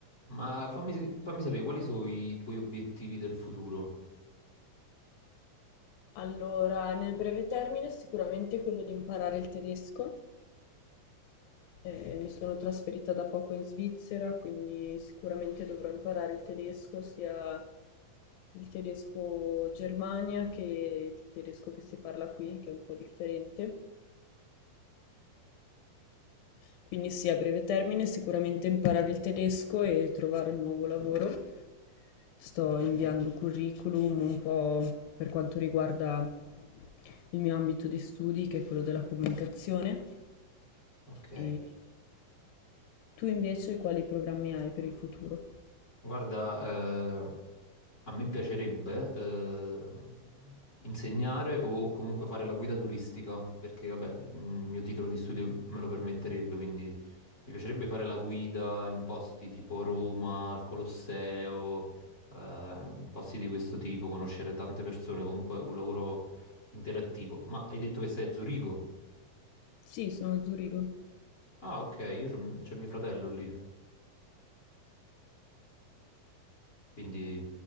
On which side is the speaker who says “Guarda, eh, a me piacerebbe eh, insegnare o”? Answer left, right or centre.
Left